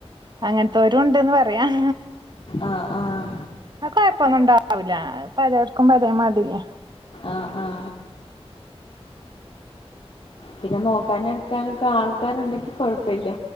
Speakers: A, on the right (about 45°); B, on the left (about 55°).
A: അങ്ങനത്തെരു ഉണ്ട്ന്ന് പറയാം
B: ആഹ് ആഹ്
A: ആ കൊഴപ്പൊന്നും ഉണ്ടാവില്ല പലർക്കും പലെമാതിരിയാ
B: ആഹ് ആഹ് പിന്നെ നോക്കാനും എടുക്കാനൊക്കെ ആൾക്കാരുണ്ടെങ്കിൽ കുഴപ്പയില്ല